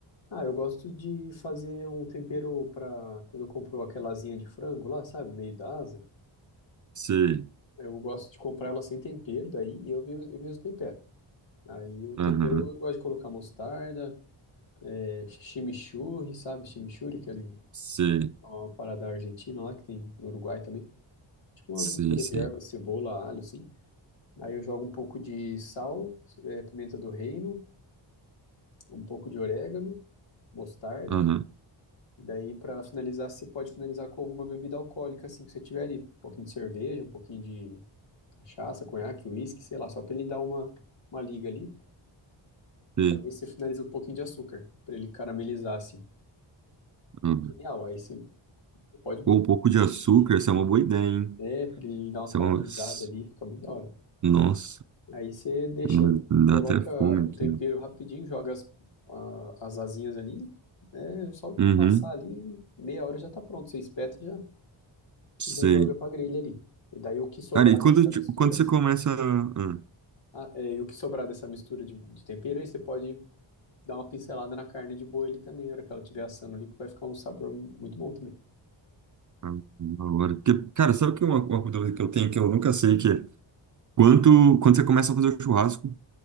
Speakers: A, on the left; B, on the right.
A: Ah, eu gosto de fazer um tempero para quando eu compro aquela asinha de frango lá, sabe, meio da asa.
B: Sei,
A: Eu gosto de comprar ela sem tempero daí e eu, mesmo- eu mesmo tempero. Aí o tempero
B: aham,
A: eu gosto de colocar mostarda, é, chimichurri, sabe, chimichurri, que é ali,
B: sei,
A: uma parada argentina lá que tem no Uruguai também. tipo uma
B: sei,
A: mistura
B: sei,
A: de ervas, cebola, alho, assim. Aí eu jogo um pouco de sal, é, pimenta do reino, um pouco de orégano, mostarda.
B: aham,
A: Daí, pra finalizar, você pode finalizar com alguma bebida alcoólica, assim, que você tiver ali. Um pouquinho de cerveja, um pouquinho de cachaça, conhaque, uísque, sei lá, só pra ele dar uma, uma liga ali. E
B: sei,
A: também você finaliza com um pouquinho de açúcar, pra ele caramelizar, assim.
B: aham.
A: Genial, aí você pode,
B: Pô, um pouco de açúcar, essa é uma boa ideia, hein?
A: é, pra ele dar uma
B: essa
A: caramelizada
B: é uma... s-
A: ali, fica muito da hora.
B: Nossa,
A: Aí você deixa,
B: eu não- me
A: coloca
B: dá até fome
A: o
B: aqui,
A: tempero
B: né?
A: rapidinho, joga as, a- as asinhas ali, né? Só
B: Uhum,
A: passar ali, meia hora já tá pronto. Você espeta e já,
B: sei.
A: já joga pra grelha ali. E daí o que sobrar
B: Cara, e quando,
A: dessa
B: tipo,
A: mistura,
B: quando você
A: você,
B: começa... Ah,
A: ah, é, e o que sobrar dessa mistura de, de tempero, aí você pode dar uma pincelada na carne de boi ali também, na hora que ela estiver assando ali, que vai ficar um sabor muito bom também.
B: ah, na hora. Porque, cara, sabe que é uma, uma dúvida que eu tenho que eu nunca sei que é quanto, quando você começa a fazer o churrasco,